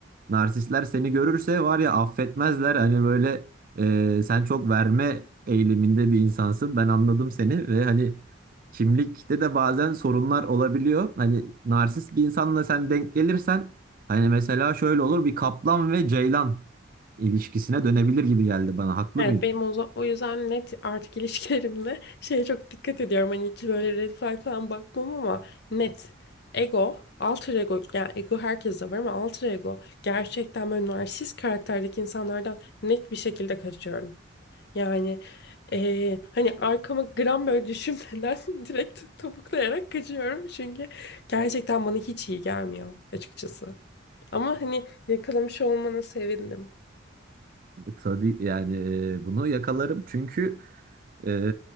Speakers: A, on the right (about 50°); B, on the left (about 60°).
A: narsistler seni görürse var ya affetmezler. Hani böyle e, sen çok verme eğiliminde bir insansın. Ben anladım seni ve hani kimlikte de bazen sorunlar olabiliyor. Hani narsist bir insanla sen denk gelirsen hani mesela şöyle olur bir kaplan ve ceylan ilişkisine dönebilir gibi geldi bana. Haklı
B: Evet
A: mıyım?
B: benim o, za- o yüzden net artık <laughs> ilişkilerimde şeye çok dikkat ediyorum. Hani hiç böyle red flag falan bakmam ama net ego, alter ego, yani ego herkeste var ama alter ego gerçekten böyle narsist karakterdeki insanlardan net bir şekilde kaçıyorum. Yani eee, hani arkama gram böyle düşünmeden <laughs> direkt topuklayarak kaçıyorum. Çünkü gerçekten bana hiç iyi gelmiyor açıkçası. Ama hani yakalamış olmana sevindim.
A: Tabii yani e, bunu yakalarım çünkü e,